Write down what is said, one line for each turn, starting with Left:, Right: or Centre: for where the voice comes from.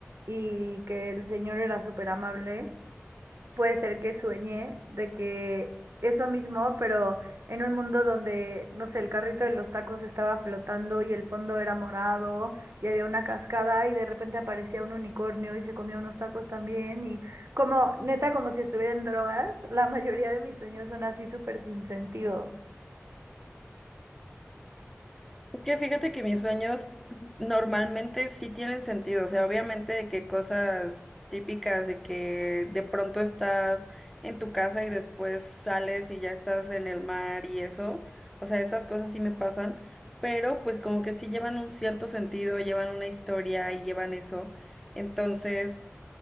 Right: y que el señor era súper amable puede ser que sueñe de que eso mismo, pero en un mundo donde, no sé, el carrito de los tacos estaba flotando y el fondo era morado y había una cascada y de repente aparecía un unicornio y se comía unos tacos también y como, neta, como si estuviera en drogas, la mayoría de mis sueños son así súper sin sentido.
Centre: Es que fíjate que mis sueños normalmente sí tienen sentido, o sea, obviamente de que cosas típicas de que de pronto estás en tu casa y después sales y ya estás en el mar y eso, o sea, esas cosas sí me pasan, pero pues como que sí llevan un cierto sentido, llevan una historia y llevan eso. Entonces,